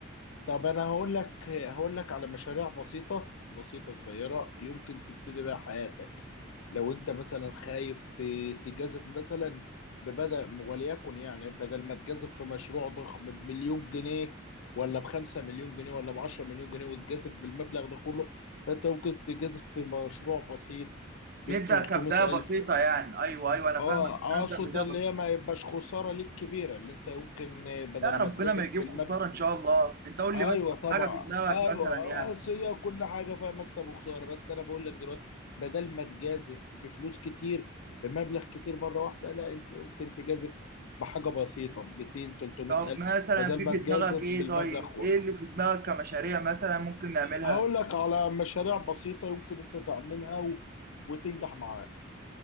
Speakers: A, on the left; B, on the right.
A: طب انا هقول لك هقول لك على مشاريع بسيطه بسيطه صغيره يمكن تبتدي بيها حياتك لو انت مثلا خايف ت- تجازف مثلا ببدأ وليكن يعني بدل ما تجازف في مشروع ضخم بمليون جنيه ولا بخمسة مليون جنيه ولا بعشرة مليون جنيه وتجازف بالمبلغ ده كله فانت ممكن تجازف في مشروع بسيط بتلتمية
B: نبدا كبدايه بسيطه
A: ألف
B: يعني ايوه ايوه انا
A: اه
B: فاهمك نبدا
A: اقصد
B: بدايه
A: اللي
B: بسيطه
A: هي ما يبقاش خسارة ليك كبيرة اللي انت يمكن بدل
B: لا ربنا
A: ما تجازف
B: ما يجيب
A: بالمبلغ
B: خساره ان شاء الله انت قول
A: ايوه
B: لي بس
A: طبعا
B: حاجه في دماغك
A: ايوه
B: مثلا يعني
A: بس هي كل حاجه فيها مكسب وخساره بس انا بقول لك دلوقتي بدل ما تجازف بفلوس كتير بمبلغ كتير مره واحده لا انت ممكن تجازف بحاجه بسيطه 200 300
B: طب
A: الف
B: مثلا
A: بدل
B: في
A: ما
B: في
A: تجازف
B: دماغك ايه
A: بالمبلغ
B: طيب
A: كله
B: ايه اللي في دماغك كمشاريع مثلا ممكن نعملها
A: هقول لك على مشاريع بسيطه يمكن انت تعملها و... وتنجح معاك